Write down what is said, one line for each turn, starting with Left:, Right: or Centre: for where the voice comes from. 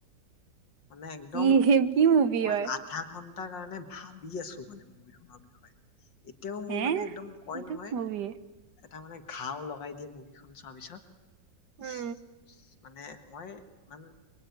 Left: মানে একদম
Right: কি
Left: উ
Right: কি মুভি
Left: মই
Right: হয়
Left: আঠাখন এটা কাৰণে ভাবি আছো মানে মুভিখনৰ বিষয়ে এতিয়াও মোৰ
Right: হে
Left: মানে একদম কয়
Right: এইটো
Left: নহয়
Right: কি মুভি
Left: তাৰ মানে ঘা লগাই দিয়ে মুৰ্গীখন চোৱাৰ পিছত
Right: উম
Left: <inaudible> মানে মই ইমান